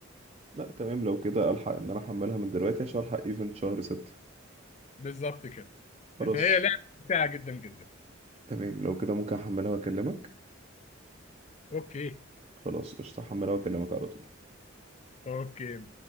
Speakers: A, on the right (about 30°); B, on the left (about 35°).
A: لا تمام لو كده الحق ان انا احملها من دلوقتي عشان الحق ايفنت شهر ستة
B: بالظبط كده
A: خلاص
B: فهي لعبه ممتعه جدا جدا
A: تمام لو كده ممكن احملها واكلمك
B: اوكي
A: خلاص قشطة احملها واكلمك على طول
B: اوكي